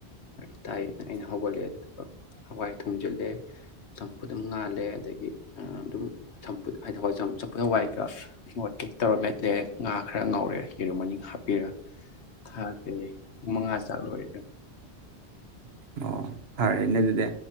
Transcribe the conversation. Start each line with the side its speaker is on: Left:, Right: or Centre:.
Left: ꯐꯔ ꯇꯥꯏꯌꯦꯅ ꯑꯩꯅ ꯍꯧꯒꯠꯂꯛꯑꯦ ꯑꯗꯨꯒ ꯍꯋꯥꯏ ꯊꯣꯡꯖꯤꯜꯂꯦ ꯆꯝꯐꯨꯠ ꯑꯗꯨꯝ ꯉꯥꯜꯂꯦ ꯑꯗꯒꯤ ꯑꯗꯨꯝ ꯆꯝꯐꯨꯠ ꯍꯥꯏꯗꯤ ꯍ ꯆꯝꯐꯨꯠ ꯍꯋꯥꯏ ꯃꯣꯔꯣꯇꯦꯛ ꯇꯧꯔ ꯃꯦꯠꯂꯦ ꯉꯥ ꯈꯔ ꯉꯧꯔꯦ ꯌꯦꯔꯨꯝ ꯃꯅꯤꯡ ꯍꯥꯞꯄꯤꯔꯒ ꯊꯥ ꯐꯦ ꯃꯉꯥ ꯆꯥꯛꯂꯣꯏ
Right: ꯑꯣ ꯐꯔꯦꯅꯦ ꯑꯗꯨꯗꯤ